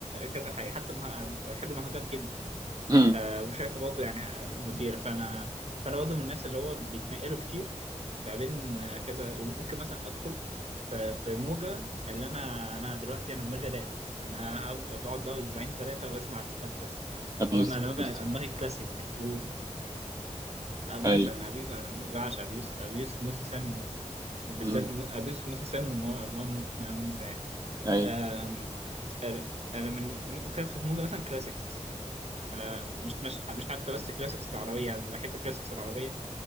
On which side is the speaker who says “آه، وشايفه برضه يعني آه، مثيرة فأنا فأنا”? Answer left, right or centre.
Right